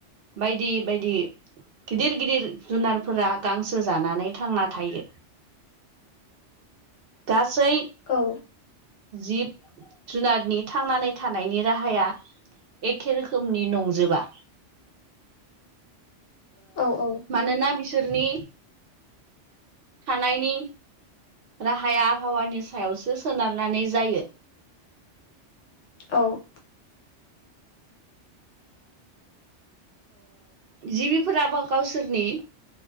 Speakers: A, on the right; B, on the left.
A: बायदि बायदि। गिदिर गिदिर जुनारफोरा गांसो जानानै थांना थायो। गासै
B: औ।
A: जिब जुनारनि थांनानै थानायनि राहाया। एखे रोखोमनि नंजोबा
B: औ
A: मानोना बिसोरनि थानायनि राहाया आबहावानि सायावसो सोनारनानै जायो।
B: औ
A: जिबिफोराबा गावसोरनि